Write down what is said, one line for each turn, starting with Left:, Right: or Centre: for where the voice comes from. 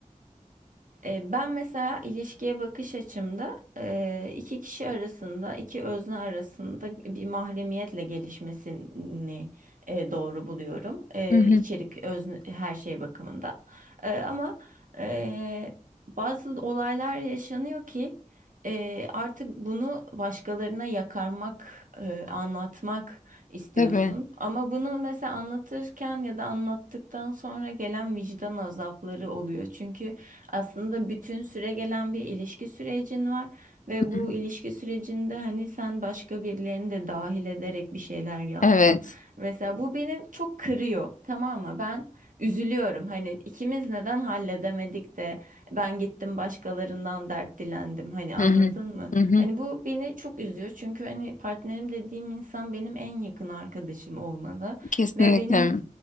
Right: E, Ben mesela ilişkiye bakış açımda e, iki kişi arasında, iki özne arasında bir mahremiyetle gelişmesini e, doğru buluyorum. E,
Left: Hı hı.
Right: içerik, özne, her şey bakımından. E, Ama e, bazı olaylar yaşanıyor ki e, artık bunu başkalarına yakarmak, e, anlatmak istiyorsun.
Left: Tabii.
Right: Ama bunu mesela anlatırken ya da anlattıktan sonra gelen vicdan azapları oluyor. Çünkü aslında bütün süre gelen bir ilişki sürecin var ve bu
Left: Hı hı.
Right: ilişki sürecinde hani sen başka birilerini de dahil ederek bir şeyler yaptın.
Left: Evet.
Right: Mesela bu beni çok kırıyor, tamam mı? Ben üzülüyorum. Hani ikimiz neden halledemedik de ben gittim başkalarından dert dilendim. Hani anladın
Left: Hı hı.
Right: mı?
Left: Hı hı.
Right: Hani bu beni çok üzüyor. Çünkü hani partnerim dediğim insan benim en yakın arkadaşım olmalı
Left: Kesinlikle.
Right: ve benim